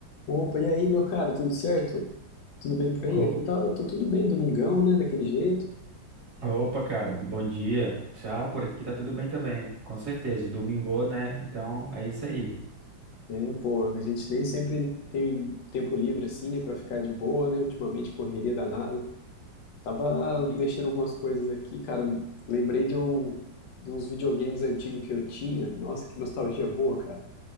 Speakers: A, on the left; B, on the right.
A: Opa, e aí, meu cara, tudo certo? Tudo bem por aí?
B: Ô-
A: Aqui tá, tá tudo bem, domingão, né, daquele jeito.
B: Opa, cara, bom dia. Já por aqui tá tudo bem também, com certeza. Domingou, né? Então é isso aí.
A: É, pô, a gente nem sempre tem tempo livre assim, né, pra ficar de boa, né, ultimamente correria danada. Tava
B: E-
A: mexendo algumas coisas aqui, cara, lembrei de um, de uns videogames antigos que eu tinha. Nossa, que nostalgia boa, cara.